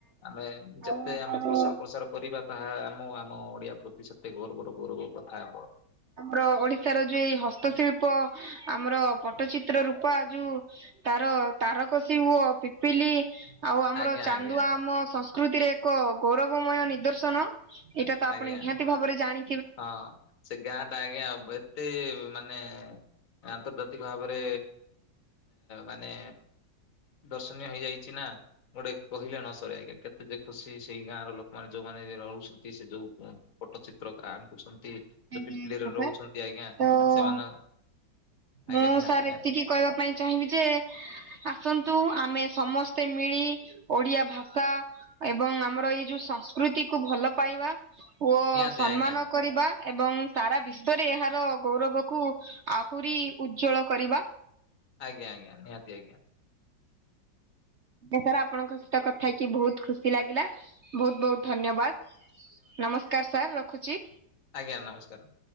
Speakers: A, on the left; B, on the right.
A: ଆମେ
B: ଆଉ
A: ଯେତେ
B: ଏବଂ
A: ଆମେ ପ୍ରସାର ପ୍ରସାର କରିବା ତାହା ଆମ ଆମ ଓଡିଆ ପ୍ରତି ସେତେ ଗୌରବର ଗୌରବ କଥା ହେବ।
B: ଆମର ଓଡିଶାର ଯୋଉ ଏଇ ହସ୍ତଶିଳ୍ପ ଆମର ପଟ୍ଟଚିତ୍ର ରୂପା ଯୋଉ ତାର ତାରକସିୀ ହୁଅ ପିପିଲି ଆଉ ଆମର
A: ଆଜ୍ଞା
B: ଚାନ୍ଦୁଆ
A: ଆଜ୍ଞା
B: ଆମ ସଂସ୍କୃତିରେ ଏକ ଗୌରବମୟ ନିଦର୍ଶନ। ଏଇଟା ତ ଆପଣ
A: ଆଜ୍ଞା
B: ନିହାତି ଭାବରେ ଜାଣି
A: ହଁ ସେ ଗାଁଟା ଆଜ୍ଞା ଏତେ ମାନେ ଆନ୍ତର୍ଜାତିକ ଭାବରେ ମାନେ ଦର୍ଶନୀୟ ହେଇଯାଇଛି ନା। ଗୋଟେ କହିଲେ ନ ସର ଆଜ୍ଞା କେତେ ଯେ ଖୁସି ସେଇ ଗାଁର ଲୋକମାନେ ଯୋଉମାନେ ରହୁଛନ୍ତି ସେ ଯୋଉ ଫଟୋ ଚିତ୍ର ଆଙ୍ଗୁଛନ୍ତି ଯଉ
B: ଆଜ୍ଞା
A: ପିପିଲରେ
B: ଆଜ୍ଞା
A: ରହୁଛନ୍ତି
B: ସାର୍
A: ଆଜ୍ଞା
B: ତ
A: ସେମାନେ ଆଜ୍ଞା
B: ମୁଁ
A: ନିହାତି
B: ସାର୍
A: ନିହାତି
B: ଏତିକି କହିବା ପାଇଁ ଚାହିଁବି ଯେ ଆସନ୍ତୁ ଆମେ ସମସ୍ତେ ମିଳି ଓଡିଆ ଭାଷା ଏବଂ ଆମର ଏଇ ଯୋଉ ସଂସ୍କୃତି କୁ ଭଲ ପାଇବା ଓ
A: ନିହାତି
B: ସମ୍ମାନ
A: ଆଜ୍ଞା
B: କରିବା ଏବଂ ସାରା ବିଶ୍ୱରେ ଏହାର ଗୌରବକୁ ଆହୁରି ଉଜ୍ଜ୍ୱଳ କରିବା।
A: ଆଜ୍ଞା ଆ୍ଞା ନିହାତି ଆ୍ଞା।
B: ଆଜ୍ଞା ସାର୍ ଆପଣଙ୍କ ସହିତ କଥା ହେଇକି ବହୁତ ଖୁସି ଲାଗିଲା। ବହୁତ ବହୁତ ଧନ୍ୟବାଦ ନମସ୍କାର ସାର୍ ରଖୁଛି।
A: ଆଜ୍ଞା ନମସ୍କାର।